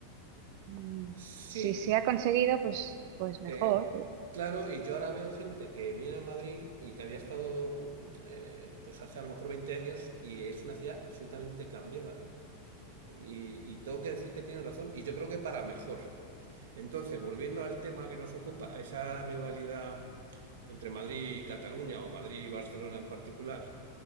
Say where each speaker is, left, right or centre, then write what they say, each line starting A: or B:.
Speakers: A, on the right; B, on the right.
A: mm,
B: sí.
A: si se ha conseguido, pues, pues mejor.
B: Eh,
A: eh,
B: claro, y yo ahora veo gente que viene a Madrid y que había estado mm, eh, pues hace a lo mejor 20 años y es una ciudad absolutamente cambiada. Y, y tengo que decir que tiene razón, y yo creo que para mejor. Entonces, volviendo al tema que nos ocupa, esa rivalidad entre Madrid y Cataluña o Madrid y Barcelona en particular,